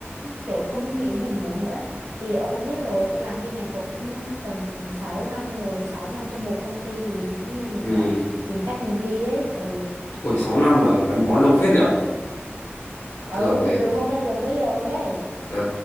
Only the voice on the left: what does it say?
Ừ.
Ôi sáu năm là gắn bó lâu phết nhỉ.
Thường thì,
ờ,